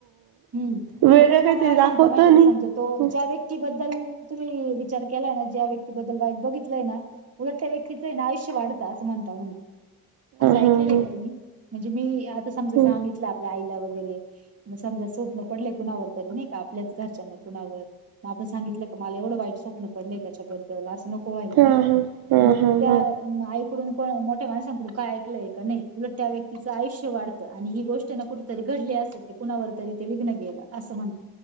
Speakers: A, on the right (about 40°); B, on the right (about 75°).
A: हम्म,
B: वेगळं
A: तुम्हाला
B: काहीतरी
A: काय
B: दाखवत
A: म्हणता माहिती
B: आणि
A: आहं का समज तो
B: हा
A: ज्या व्यक्तीबद्दल तुम्ही विचार केलाय ना ज्या व्यक्तीबद्दल वाईट बघितलंय ना, उलट त्या व्यक्तीचं हे ना आयुष्य वाढतं असं म्हणता म्हणे. असं ऐकलेलं
B: हा हा
A: आहे का तुम्ही म्हणजे मी आता समजा
B: ह
A: सांगितलं आपल्या आईला वगैरे म समजा स्वप्न पडले कुणावर तरी नाही का आपल्याच घरच्या न कुणावर मग आपण सांगितलं का मला एवढं वाईट स्वप्न पडलंय त्याच्याबद्ल असं नको व्हायला
B: हा
A: नाही का
B: हा हा
A: मग
B: हा
A: त्या
B: हा
A: म अ आईकडून कोण मोठ्या माणसांकडून काय ऐकलंय का नाही उलट त्या व्यक्तीचं आयुष्य वाड आणि ही गोष्ट ना कुठंतरी घडली असेल ते कुणावर तरी ते विघ्न गेलं असं म्हण